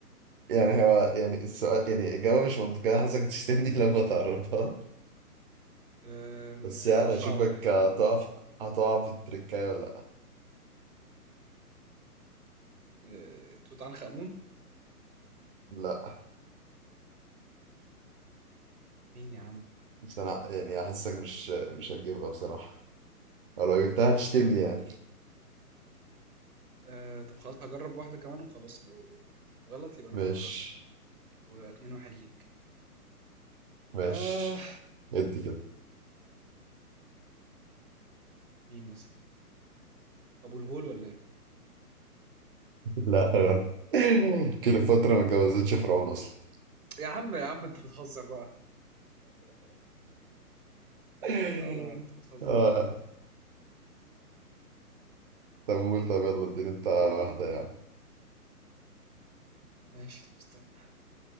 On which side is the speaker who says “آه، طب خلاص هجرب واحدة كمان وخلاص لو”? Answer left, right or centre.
Right